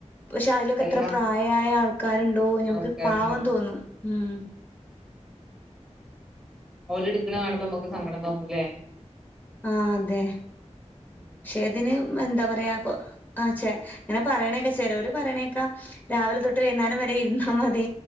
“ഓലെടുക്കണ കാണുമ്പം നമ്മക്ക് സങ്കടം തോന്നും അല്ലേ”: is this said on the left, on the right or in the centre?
Centre